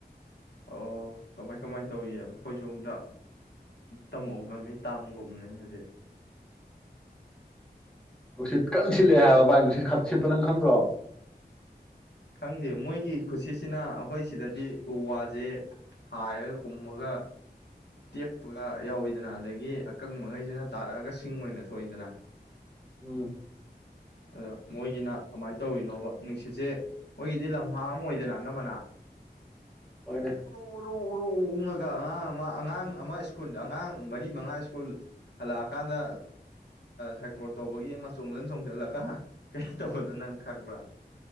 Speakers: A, on the left; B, in the centre.
A: ꯑꯣ ꯀꯃꯥꯏ ꯀꯃꯥꯏ ꯇꯧꯋꯦꯌ ꯑꯩꯈꯣꯏꯖꯣꯝꯗ ꯇꯝꯍꯧ <inaudible> ꯇꯝꯒꯨꯝꯅꯦ ꯍꯥꯏꯗꯤ
B: ꯅꯨꯡꯁꯤꯠ ꯀꯟ ꯁꯤꯠꯂꯦ ꯍꯥꯏꯕ ꯚꯥꯏ ꯅꯨꯡꯁꯤꯠ ꯁꯤꯠꯄ ꯅꯪ ꯈꯪꯗ꯭ꯔꯣ
A: ꯈꯪꯗꯦ ꯃꯣꯏꯒꯤ ꯈꯨꯠꯁꯤꯁꯤꯅ ꯑꯩꯈꯣꯏ ꯁꯤꯗꯗꯤ ꯎ ꯋꯥꯁꯦ ꯍꯥꯏꯔꯒ ꯍꯨꯝꯃꯒ ꯇꯦꯛꯄꯒ ꯌꯥꯎꯏꯤꯗꯅ ꯑꯗꯒꯤ ꯑꯀꯪꯕꯉꯩꯁꯤꯅ ꯇꯥꯔꯛꯑꯒ ꯁꯤꯡ ꯑꯣꯏꯅ ꯊꯣꯛꯏꯗꯅ
B: ꯎꯝ
A: ꯑꯗ ꯃꯣꯏꯒꯤꯅ ꯀꯃꯥꯏꯅ ꯇꯧꯔꯤꯅꯣꯕ ꯅꯨꯡꯁꯤꯠꯁꯦ ꯃꯣꯏꯒꯤꯗꯤ ꯂꯝ ꯍꯥꯡ ꯑꯣꯏꯗꯅ ꯑꯅꯝꯕꯅ
B: ꯍꯣꯏꯅꯦ
A: ꯎꯔꯨ ꯎꯔꯨ ꯎꯔꯨ ꯑꯨꯡꯉꯒ ꯑꯉ ꯑꯃ ꯑꯉꯥꯡ ꯑꯃ ꯁ꯭ꯀꯨꯜ ꯑꯉꯥꯡ ꯃꯔꯤ ꯃꯉꯥ ꯁ꯭ꯀꯨꯜ ꯍꯜꯂꯛꯑꯀꯥꯟꯗ ꯁꯥꯏꯀ꯭ꯂꯣꯟ ꯇꯧꯕꯒꯤ ꯑꯃ ꯆꯣꯡꯖꯟ ꯆꯣꯡꯖꯟꯂꯒ ꯀꯩꯅꯣ ꯇꯧꯕꯗꯣ ꯅꯪ ꯈꯪꯕ꯭ꯔꯥ